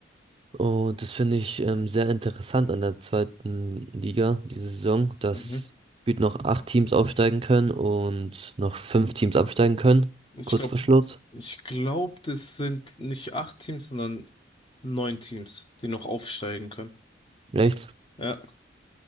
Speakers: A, on the right; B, on the left.
A: Und das finde ich ähm, sehr interessant an der zweiten Liga diese Saison, dass
B: Mhm.
A: gefühlt noch acht Teams aufsteigen können und noch fünf Teams absteigen können.
B: Ich
A: Kurz
B: glaube,
A: vor Schluss.
B: ich glaube, das sind nicht acht Teams, sondern neun Teams, die noch aufsteigen können.
A: Echt?
B: Ja.